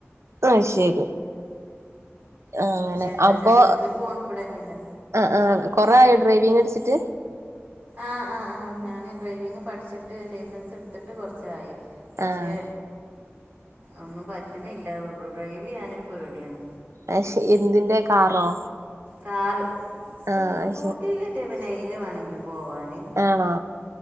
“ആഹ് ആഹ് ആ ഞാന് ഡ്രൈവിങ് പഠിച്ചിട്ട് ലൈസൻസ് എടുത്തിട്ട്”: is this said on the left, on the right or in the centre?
Right